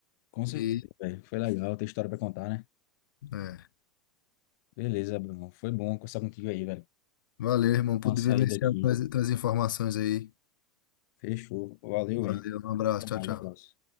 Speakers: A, on the left; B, on the left.
A: Com certeza,
B: E,
A: velho. Foi legal ter história pra contar, né?
B: é.
A: Beleza, Bruno. Foi bom conversar contigo aí, velho.
B: Valeu, irmão, por
A: Uma saída
B: vivenciar
A: aqui.
B: as, as informações aí.
A: Fechou. Valeu,
B: Valeu,
A: hein?
B: um abraço,
A: Até
B: tchau,
A: mais,
B: tchau.
A: um abraço.